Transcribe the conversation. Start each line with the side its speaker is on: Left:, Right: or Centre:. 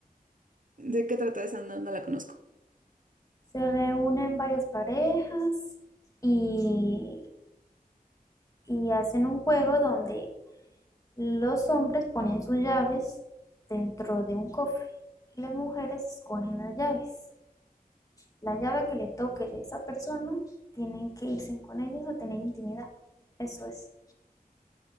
Right: ¿De qué trata esa? No, no la conozco.
Left: Se reúnen varias parejas y y hacen un juego donde los hombres ponen sus llaves dentro de un cofre y las mujeres escogen las llaves. La llave que le toque de esa persona, tienen que irse con ellos a tener intimidad. Eso es.